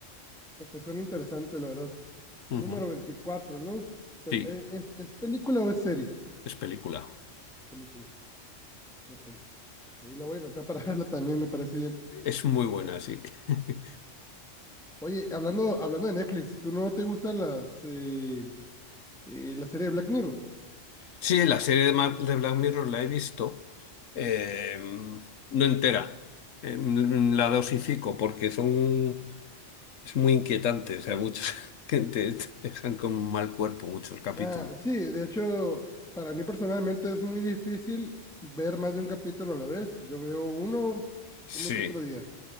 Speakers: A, in the centre; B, on the left.
A: No, Pues suena interesante, la verdad.
B: Ujú.
A: Número 24, ¿no? Pero,
B: Sí,
A: eh, ¿es, es película o es serie?
B: es película.
A: Película. No, pues, ahí la voy a anotar para <laughs> verla también, me parece bien.
B: Es muy buena, sí. <laughs>
A: Oye, hablando, hablando de Netflix, ¿tú no te gustan las, eh, eh, la serie de Black Mirror?
B: Sí, la serie de, Ma- de Black Mirror la he visto, eh, no entera. Eh, la dosifico porque son, es muy inquietante, o sea, muchos <laughs> que te te dejan con mal cuerpo muchos capítulos.
A: Ah, sí, de hecho, para mí personalmente es muy difícil ver más de un capítulo a la vez. Yo veo uno,
B: Sí,
A: uno que otro día.